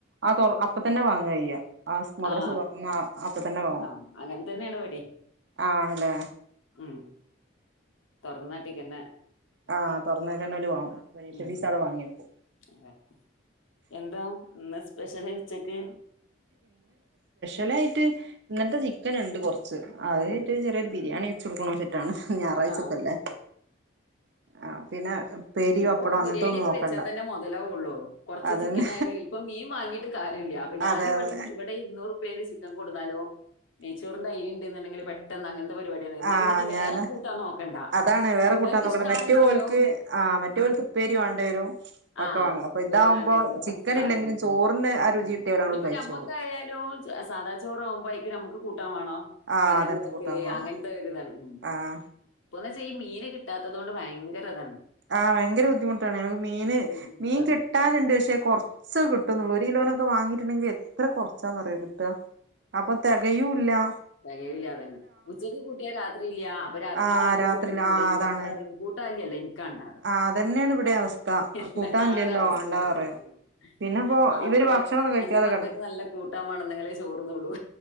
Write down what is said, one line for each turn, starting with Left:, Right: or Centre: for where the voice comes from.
Right: ആ തോർ അപ്പ തന്നെ വാങ്ങയ്യ ആസ് മദരസ
Left: ആ
Right: തുറന്നാ അപ്പ തന്നെ വാങ്ങും
Left: ആ അങ്ങനെ തന്നെയാണ് ഇവിടേം
Right: ആ ആണ് അല്ലെ
Left: ഉം തൊറന്നാട്ടിക്കണെ
Right: ആ തുറന്നേക്കന്നല് വാങ്ങും പരീക്ഷ
Left: ഉം
Right: ഫീസ ആടെ വാങ്യെക്കും
Left: അതെ എന്താ ഇന്ന് സ്പെഷ്യൽ ഉച്ചക്ക്
Right: എല്ലായിട്ട് ഇന്നല്ത്തെ ചിക്കൻ ഉണ്ട് കുറച്ച് ച്ച് അതേറ്റൊരു
Left: ഉം
Right: ചെറിയൊരു ബിരിയാണി ചുടുക്കണം ചെറ്റാണ് ഞാറാച്ചക്കല്ലേ
Left: ആ
Right: ആ പിന്നെ ഉപ്പേരി
Left: ഇപ്പം
Right: പപ്പടം അങ്ങനത്തെ
Left: ബിരിയാണി
Right: ഒന്നും
Left: ഒക്കെ
Right: നോക്കണ്ട
Left: വെച്ചാ തന്നെ മുതലാവുള്ളൂ കൊറച്ച്
Right: അതന്നെ
Left: ചിക്കനായാലും ഇപ്പൊ മീൻ വാങ്ങിയിട്ട് കാര്യല്ല അപ്പൊ ഞാൻ
Right: അതെ
Left: ഇവിടുന്ന്
Right: അതെ
Left: ഇവിടെ ഇരുന്ന് നൂറു റുപ്പിയേല് ചിക്കൻ കൊണ്ടുന്നാലും നെയ്ച്ചോറിന്റെ അരീണ്ടങ്കിലങ്ങനെ പെട്ടെന്നങ്ങ പരിപാടിയാണ് എന്താ
Right: ആ
Left: പിന്നെന്താ
Right: ഞാന്
Left: വേറെ കൂട്ടാൻ നോക്കണ്ടാ
Right: അതാണ് വേറെ
Left: പിള്ളേർക്ക്
Right: കൂട്ടാൻ നോക്കണ്ട
Left: ഇഷ്ടാവും
Right: മറ്റേ
Left: ചെയ്യും
Right: ഓൽക്ക് ആ മറ്റ് പോലത്തെ ഉപ്പേരി വേണ്ടി വരും ഒക്കെ
Left: ആ
Right: വാങ്ങും
Left: ഉപ്പേരി
Right: അപ്പൊ ഇതാവുമ്പോ
Left: വേണ്ടി വരും
Right: ചിക്കൻ
Left: അതന്നെ
Right: ഇല്ലെങ്കിലും ചോറിന്റെ ആ രുചി കിട്ടിയാൽ അങ്ങട്
Left: ഇനിപ്പോ
Right: കഴിച്ചോളും
Left: നമ്മക്കായാലും സാദാ ചോറാവുമ്പം വൈകിട്ട് നമുക്ക് കൂ ട്ടാൻ വേണോ
Right: ആ
Left: കറി
Right: അതന്നെ
Left: എന്താ വക്കല്
Right: കൂട്ടാൻ വേണം
Left: അങ്ങനത്തെ ഒരു ഇതാണ് ഉം
Right: ആ
Left: ഇപ്പോന്ന് വെ ഇപ്പോ ഈ മീന് കിട്ടാത്തത് കൊണ്ട് ഭയങ്കര ഇതാണ്
Right: ആ ഭയങ്കര ബുദ്ധിമു ട്ടാണ് ഞങ്ങക്ക് മീന്
Left: ഭയങ്കര ബുദ്ധിമുട്ടാണ്.
Right: മീൻ കിട്ടാനുണ്ട് പക്ഷെ കുറച്ച് കിട്ടുന്നുള്ളൂ ഒരു കിലോനോക്കെ വാങ്ങിട്ടുണ്ടെങ്കിൽ എത്ര കുറച്ചാന്നറിയുവോ കി ട്ടുക അപ്പൊ തികയൂവില്ലാ
Left: തികയൂല്ല അത് തന്നെ ഉച്ചയ്ക്ക് കൂട്ടിയാ രാത്രിയില്ല അപ്പൊ രാത്രി
Right: ആഹ്
Left: ഉണ്ടാക്കുന്ന
Right: രാത്രിയില്
Left: ചോറ്
Right: ആഹ്
Left: എന്റെ
Right: അതാണ്
Left: മക്കൾ ചോർന്നൂ എന്റെ മക്കൾ <unintelligible> <unintelligible> കാണാറ്
Right: ആഹ് അതന്നെയാണ് ഇവിടെ അവസ്ഥ
Left: എല്ലാരവസ്തിം
Right: കൂട്ടാനില്ലല്ലോ വാണ്ടാ
Left: അങ്ങൻ
Right: പറയും
Left: തന്നേണ്
Right: പിന്നെപ്പോ
Left: ബാപ്പറിം
Right: ഇവര് ഭക്ഷണൊന്നും കഴിക്കാതെ
Left: അന്റെ മക്കള്ക്ക്
Right: കെടക്കും
Left: നല്ല കൂട്ടാം മാണം ന്നങ്കിലേ ചോറ്ന്നൊള്ളൂ